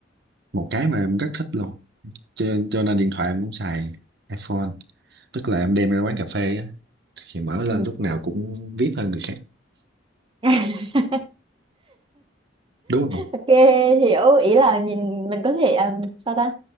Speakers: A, on the right; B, on the right.
A: Một cái mà em rất thích luôn. Cho, cho nên điện thoại em cũng xài iPhone, tức là em đem ra quán
B: ừ.
A: cà phê á thì mở lên
B: ừ.
A: lúc nào cũng VIP hơn người khác,
B: <laughs>
A: đúng không?
B: ok hiểu ý là nhìn mình có thể à, sao ta